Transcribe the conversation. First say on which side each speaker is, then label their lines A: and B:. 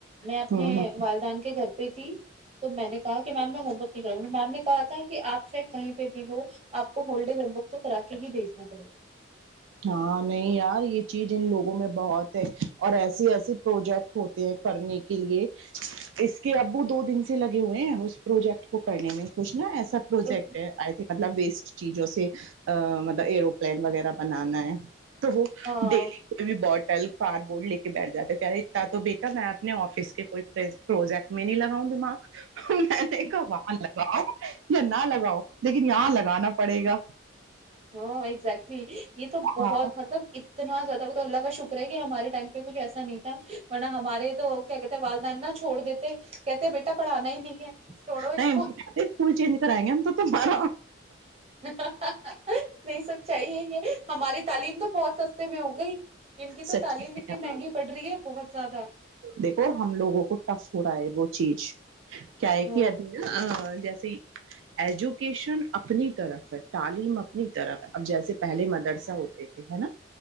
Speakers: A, on the right (about 30°); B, on the right (about 75°).
A: میں اپنے
B: ہ ہ
A: والدان کے گھر تھی تو میں نے کہا کہ میم میں ہوم ورک کروں گی میم نے کہا تھا کہ آپ چاہے کہیں پہ بھی ہو آپ کو ہول ڈے ہوم ورک تو کرا کے ہی بھیجنا پڑے گا
B: ہاں نہیں یار یہ چیز ان لوگوں میں بہت ہے اور ایسے ایسے پروجیکٹ ہوتے ہیں کرنے کے لیے اس کے ابو دو دن سے لگے ہوئے ہیں اس پروجیکٹ کو کرنے میں کچھ نا
A: گا
B: ایسا پروجیکٹئی ہے مطلب ویسٹ چیزوں سے مطلب ایروپلین وغیرہ بنانا ہے تو وہ
A: ہاں
B: ڈیلی کوئی بھی ب کل کار بورڈ لے کے بیٹھ جاتے کہہ رہے اتنا تو بیٹا میں اپنے آفس کے کوئی پروجیکٹ میں نہیں لگاؤں دماغ یک باہن لگا یا نہ لگاؤ لیکن یہاں لگانا پڑے گا
A: ہاں ایکگزٹلی یہ تو بہت
B: ہاں
A: مطلب اتنا زیادہ مب اللہ کا شکر ہے کہ ہمارے ٹائم پہ کچھ ایسا نہیں تھا م ہمارے تو کیا کہتے والد انا چھوڑ دیتے کہتے بیٹا پڑھانا ہی نہیں ہے چھوڑو اس
B: نہیں
A: کو
B: اسکول چینج کرائیں گے ہم تو تار
A: نہیں سب چاہیے یہ ہماری تعلیم تو بہت سستے میں ہو گئی ان کی تو
B: سچی
A: تعلیم اتنی
B: میں
A: مہنگی پڑ رہی ہے بہت زیادہ
B: دیکھو ہم لوگوں کو ٹف ہو رہا ہے وہ چیز کیا ہے
A: ہاں
B: کہ ابھی جیسے ایجوکیشن اپنی طرف ہے تعلیم اپنی طرف ہے اب جیسے پہلے مدرسہ ہوتے ہے نا